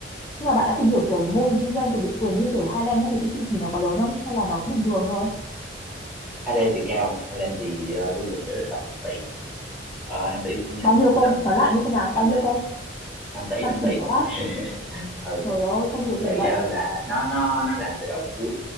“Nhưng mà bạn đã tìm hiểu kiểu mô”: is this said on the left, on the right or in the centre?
Left